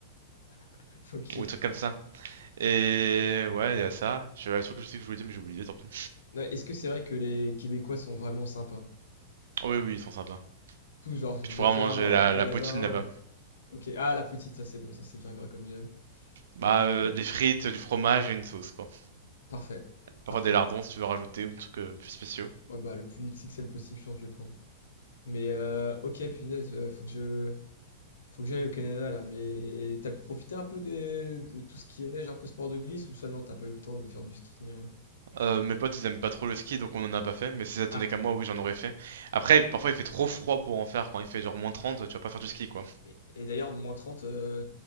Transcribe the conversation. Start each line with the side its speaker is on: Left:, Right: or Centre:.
Left: <laughs> Ok.
Right: ou des trucs comme ça. Et ouais, il y a ça. Je le truc que je sais que je voulais dire, mais j'ai oublié, tant pis.
Left: Non, Est-ce que c'est vrai que les Québécois sont vraiment sympas?
Right: Oh, oui, oui, ils sont sympas.
Left: Tout genre, tu
Right: Puis tu
Left: vas,
Right: pourras
Left: tu
Right: manger
Left: vas dans
Right: la,
Left: un magasin.
Right: la poutine là-bas.
Left: euh, Ok. Ah, la poutine, ça c'est bon, ça c'est bien gras comme j'aime.
Right: Bah,
Left: Mais
Right: euh, des frites, du fromage et une sauce, quoi.
Left: parfait. Parfait.
Right: Parfois des lardons si tu veux rajouter ou des trucs euh, plus spéciaux.
Left: Ouais, bah, le plus XXL possible, je pense, que je vais prendre. Mais euh, ok, punaise, euh, faut que je. Faut que j'aille au Canada là, mais t'as pu profiter un peu des... de tout ce qui est neige, un peu sport de glisse ou ça non, t'as pas eu le temps de faire du ski ni rien.
Right: Euh, mes potes ils aiment pas trop le ski donc on en a pas fait, mais si ça tenait
Left: Ah,
Right: qu'à moi, oui j'en aurais fait. Après, parfois il fait trop froid pour en faire quand il fait genre moins trente tu vas pas faire du ski quoi.
Left: Mais- et d'ailleurs, moins 30 euh,